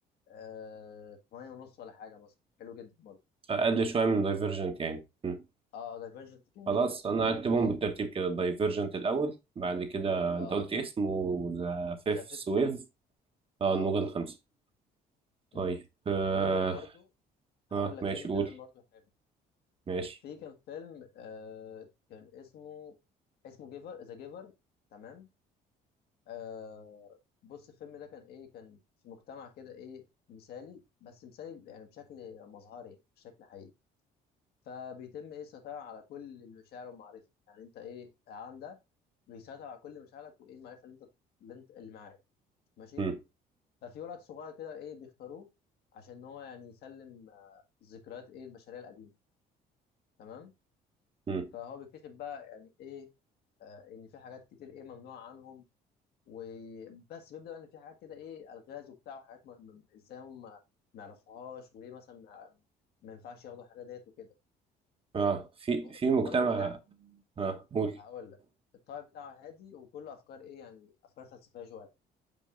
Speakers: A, on the left (about 70°); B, on the right (about 35°).
A: آه، 8 ونص ولا حاجه مثلا حلو جدا برضه
B: اقل شويه من دايفرجنت يعني مم.
A: اه دايفرجنت جميل
B: خلاص
A: يعني
B: انا هكتبهم بالترتيب كده دايفرجنت الاول بعد كده
A: اه
B: انت قلت إيه اسمه ذا فيف
A: ذا فيفث
B: سويف
A: ويف
B: اه
A: اه
B: الموجة
A: بالظبط
B: الخامسة طيب
A: مم.
B: اه,
A: وعندك برضه هقول
B: آه.
A: لك
B: ماشي
A: فيلم كمان
B: قول
A: برضه حلو
B: ماشي
A: في كان فيلم آه كان اسمه اسمه جيفر ذا جيفر تمام آه بص الفيلم ده كان ايه كان في مجتمع كده ايه مثالي بس مثالي يعني بشكل مظهري مش بشكل حقيقي فبيتم ايه السيطره على كل المشاعر والمعرفه يعني انت ايه العالم ده بيسيطر على كل مشاعرك وايه المعرفه اللي انت اللي انت اللي معاك ماشي
B: مم.
A: ففي ولد صغير كده ايه بيختاروه عشان هو يعني يسلم آه، ذكريات ايه البشريه القديمه تمام
B: مم.
A: فهو بيكتشف بقى يعني ايه آه ان في حاجات كتير ايه ممنوعه عنهم وبس بيبدا بقى ان في حاجات كده ايه الغاز وبتاع وحاجات ما- ما- ازاي هم ما يعرفوهاش وليه مثلا ما ما ينفعش ياخدوا الحاجات ديت وكده تمام
B: اه في
A: هو
B: في
A: الطبع
B: مجتمع
A: بتاعه
B: اه قول
A: هقول لك الطابع بتاعه هادي وكله افكار ايه يعني افكار فلسفيه شويه